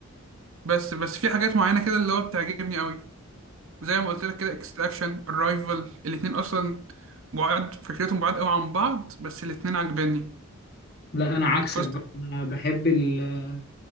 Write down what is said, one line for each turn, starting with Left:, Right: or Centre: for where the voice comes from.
Right: بس بس في حاجات معينه كده اللي هو بتعجبني قوي زي ما قلت لك كده اكستراكشن الرايفل الاتنين اصلا بعاد فكرتهم بعاد قوي عن بعض بس الاتنين عجباني
Left: لا انا عكسك
Right: فاست
Left: بقى انا بحب ال-